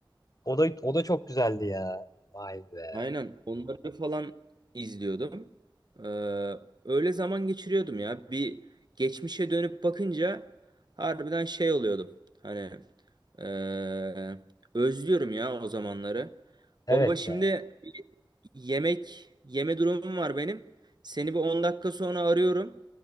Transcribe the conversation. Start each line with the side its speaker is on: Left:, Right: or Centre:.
Left: O da, o da çok güzeldi ya. Vay be.
Right: Aynen onları falan izliyordum. Ee, öyle zaman geçiriyordum ya. Bir geçmişe dönüp bakınca harbiden şey oluyordum. Hani ee, özlüyorum ya o zamanları.
Left: Evet
Right: Baba şimdi
Left: ya.
Right: yemek yeme durumum var benim. Seni bir 10 dakika sonra arıyorum.